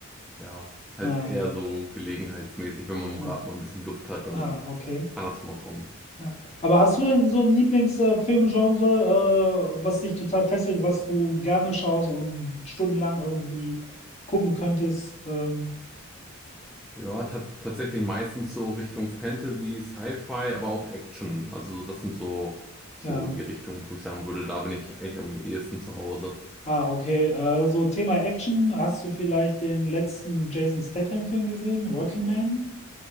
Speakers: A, in the centre; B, on the left.
A: ja, halt
B: äh,
A: eher so gelegenheitsmäßig. Wenn man im
B: ja.
A: Rad mal ein bisschen Luft hat, dann
B: Ah, okay.
A: kann das schon mal kommen.
B: Ja. Aber hast du denn so ein Lieblingsfilmgenre, äh, was dich total fesselt, was du gerne schaust und stundenlang irgendwie gucken könntest? Ähm,
A: Ja, ta tatsächlich meistens so Richtung Fantasy, Sci-Fi, aber auch Action. Also das sind so, so
B: ja.
A: die Richtungen, wo ich sagen würde, da bin ich eigentlich am ehesten zu Hause.
B: Ah, okay. Äh, so Thema Action. Hast du vielleicht den letzten Jason Statham-Film gesehen, Working Man?